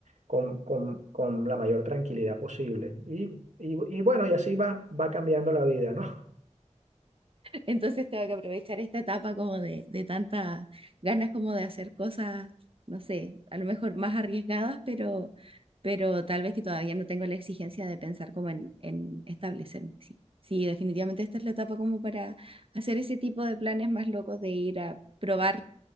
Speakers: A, on the right; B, on the right.
A: con, con- con la mayor tranquilidad posible. Y, y, y bueno, y así va, va cambiando la vida, ¿no? <laughs>
B: Entonces tengo que aprovechar esta etapa como de, de tantas ganas como de hacer cosas, no sé, a lo mejor más arriesgadas, pero, pero tal vez que todavía no tengo la exigencia de pensar como en, en establecerme. Sí. sí, definitivamente esta es la etapa como para hacer ese tipo de planes más locos de ir a probar